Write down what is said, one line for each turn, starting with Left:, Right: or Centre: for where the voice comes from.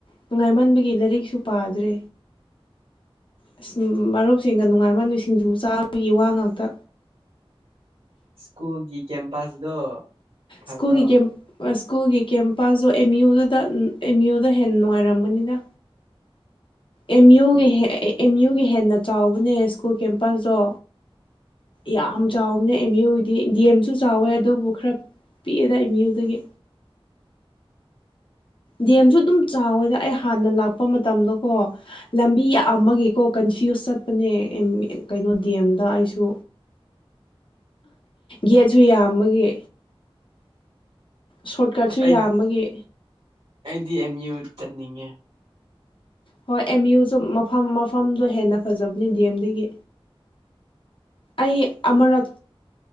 Left: ꯅꯨꯡꯉꯥꯏꯃꯟꯕꯒꯤ ꯂꯥꯏꯔꯤꯛꯁꯨ ꯄꯥꯗ꯭ꯔꯦ ꯑꯁ ꯃꯔꯨꯞꯁꯤꯡꯒ ꯅꯨꯡꯉꯥꯏꯃꯟꯕꯩ ꯁꯤꯡꯖꯨ ꯆꯥꯕꯒꯤ ꯋꯥ ꯉꯥꯛꯇ
Right: ꯁ꯭ꯀꯨꯜꯒꯤ ꯀꯦꯝꯄꯁꯗꯣ ꯐꯕ꯭ꯔꯣ
Left: ꯁ꯭ꯀꯨꯜ ꯒꯤ ꯀꯦꯝ ꯁ꯭ꯀꯨꯜꯒꯤ ꯀꯦꯝꯄꯥꯁꯇꯣ ꯑꯦꯝ ꯏꯌꯨꯗ ꯑꯦꯝ ꯏꯨꯗ ꯍꯦꯟꯅ ꯅꯨꯡꯉꯥꯏꯔꯝꯕꯅꯤꯅ ꯑꯦꯝ ꯌꯨꯒꯤ ꯑꯦꯝꯌꯨꯒꯤ ꯍꯦꯟꯅ ꯆꯥꯎꯕꯅꯦ ꯁ꯭ꯀꯨꯜ ꯀꯦꯝꯄꯁꯇꯣ ꯌꯝ
Right: ꯎꯝ
Left: ꯆꯥꯎꯕꯅꯦ ꯑꯦꯝꯌꯨꯗꯤ ꯗꯤ ꯗꯦꯝꯁꯨ ꯆꯥꯎꯋꯦ ꯑꯗꯨꯕꯨ ꯈꯔ ꯄꯤꯛꯑꯦꯗ ꯑꯦꯝ ꯌꯨꯗꯒꯤ ꯗꯦꯝꯁꯨ ꯑꯗꯨꯝ ꯆꯥꯎꯋꯦꯗ ꯑꯩ ꯍꯥꯟꯅ ꯂꯥꯛꯄ ꯃꯇꯝꯗꯀꯣ ꯂꯝꯕꯤ ꯌꯥꯝꯕꯒꯤꯀꯣ ꯀꯟꯐ꯭ꯌꯨꯁ ꯆꯠꯄꯅꯦ ꯀꯩꯅꯣ ꯗꯦꯝꯗ ꯑꯩꯁꯨ ꯒꯦꯠꯁꯨ ꯌꯥꯝꯕꯒꯤ ꯁꯣꯔꯠꯀꯠꯁꯨ
Right: ꯑꯩꯗꯤ
Left: ꯌꯥꯝꯕꯒꯤ
Right: ꯑꯩꯗꯤ ꯑꯦꯝꯌꯨ ꯆꯠꯅꯤꯡꯉꯦ
Left: ꯍꯣꯏ ꯑꯦꯝ ꯌꯨꯁꯨ ꯃꯐꯝ ꯃꯐꯝꯗꯣ ꯍꯦꯟꯅ ꯐꯖꯕꯅꯤ ꯗꯦꯝꯗꯒꯤ ꯑꯩ ꯑꯃꯔꯛ